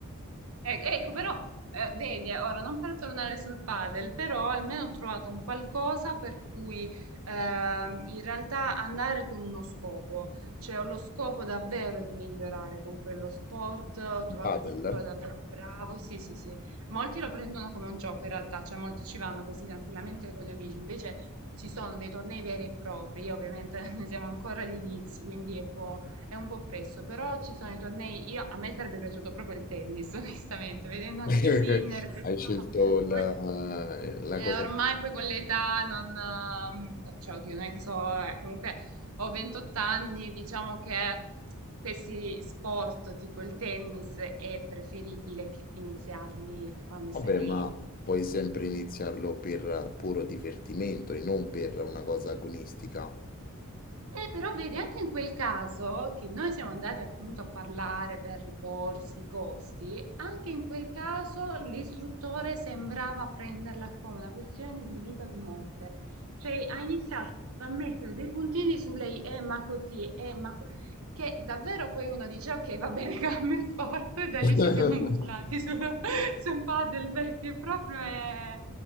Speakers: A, on the right (about 75°); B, on the left (about 40°).
A: Ec- Ecco, però, eh, vedi, eh, ora non per tornare sul padel, però almeno ho trovato un qualcosa per cui ehm, in realtà andare con uno scopo, cioè ho lo scopo davvero di migliorare con quello sport, ho trovato
B: paddle,
A: un istruttore davvero bravo, sì, sì, sì, molti lo prendono come un gioco in realtà, cioè molti ci vanno così tranquillamente con gli amici, invece ci sono dei tornei veri e propri, io ovviamente <laughs> ne siamo ancora agli inizi, quindi è un po' È un po' presto, però ci sono i tornei. Io, a me sarebbe piaciuto proprio il tennis, <laughs> onestamente, vedendo anche
B: <laughs>
A: Sinner, questo,
B: hai scelto
A: <laughs>
B: la,
A: poi,
B: la
A: eh,
B: cosa
A: ormai
B: più...
A: poi con l'età non... ehm, Cioè, oddio, non è che so, eh, comunque ho 28 anni, diciamo che questi sport tipo il tennis è preferibile che iniziarli da quando
B: Vabbè,
A: sei
B: ma puoi sempre iniziarlo per puro divertimento e non per una cosa agonistica.
A: Eh, però vedi, anche in quel caso che noi siamo andati appunto a parlare per ricorsi, costi, anche in quel caso l'istruttore sembrava prenderla come una questione di vita o di morte. Cioè ha iniziato a mettere dei puntini su lei, eh ma così, eh ma... co-", Che davvero poi uno dice, ok, va bene, <laughs> cambio sport, e da
B: <laughs>
A: lì ci siamo buttati sul, <laughs> sul padel perché proprio è...